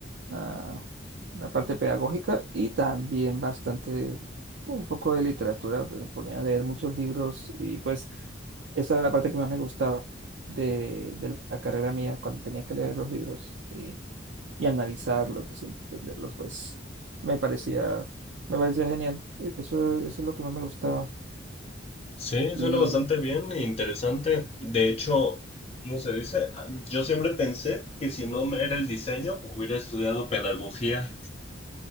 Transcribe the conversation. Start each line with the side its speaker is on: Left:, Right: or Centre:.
Right: ah, la parte pedagógica y también bastante, un poco de literatura, pero me ponía a leer muchos libros y pues esa era la parte que más me gustaba de, de la carrera mía cuando tenía que leer los libros y, y analizarlos y entenderlos, pues me parecía, me parecía genial. Eso, eso es lo que más me gustaba.
Left: sí,
Right: Y,
Left: suena bastante bien e interesante. De hecho, ¿cómo se dice? Ah, Yo siempre pensé que si no me era el diseño, hubiera estudiado pedagogía.